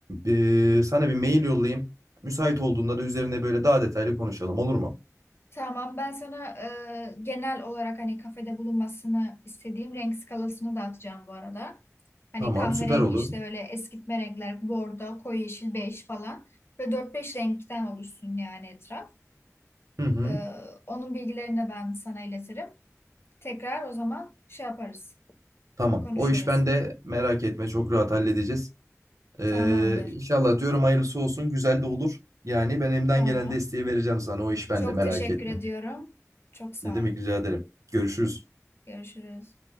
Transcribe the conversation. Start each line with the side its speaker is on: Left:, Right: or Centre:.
Right: Ee,
Left: Hı
Right: sana bir mail yollayayım. Müsait olduğunda da üzerine böyle daha detaylı konuşalım olur mu?
Left: Tamam, ben sana e, genel olarak hani kafede bulunmasını istediğim renk skalasını da atacağım bu arada. Hani
Right: Tamam
Left: kahverengi
Right: süper olur.
Left: işte öyle eskitme renkler, bordo, koyu yeşil, bej falan. Ve dört beş renkten oluşsun yani etraf.
Right: Hı hı,
Left: E, onun bilgilerini de ben sana iletirim. Tekrar o zaman şey yaparız,
Right: tamam
Left: konuşuruz.
Right: o iş bende merak etme çok rahat halledeceğiz. Ee,
Left: Tamamdır,
Right: inşallah diyorum hayırlısı olsun güzel de olur. Yani ben elimden
Left: tamam.
Right: gelen desteği vereceğim sana o iş bende
Left: Çok
Right: merak
Left: teşekkür
Right: etme.
Left: ediyorum. Çok sağ
Right: Ne demek
Left: ol.
Right: rica ederim. Görüşürüz.
Left: Görüşürüz.